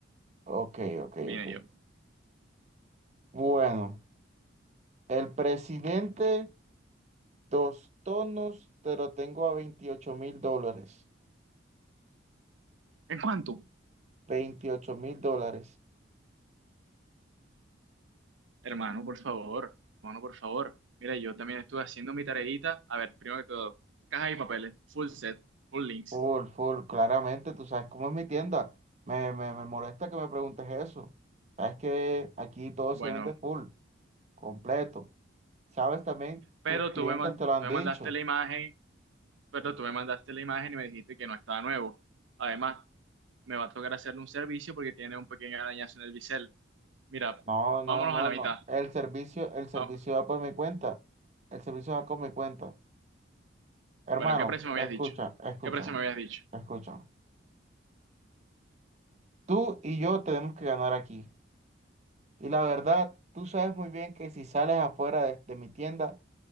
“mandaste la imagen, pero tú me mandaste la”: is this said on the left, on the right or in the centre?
Right